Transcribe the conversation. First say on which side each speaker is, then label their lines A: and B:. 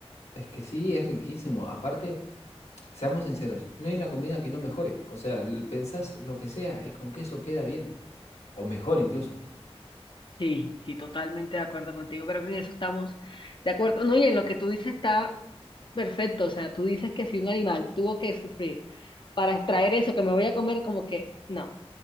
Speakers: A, on the left (about 85°); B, on the left (about 50°).
A: es que sí, es riquísimo. Aparte... Seamos sinceros, no hay una comida que no mejore. O sea, l- pensás lo que sea y con queso queda bien. O mejor incluso.
B: Sí, sí, totalmente de acuerdo contigo, pero en eso estamos de acuerdo. No, y en lo que tú dices está perfecto. O sea, tú dices que si un animal tuvo que sufrir para extraer eso que me voy a comer, como que no,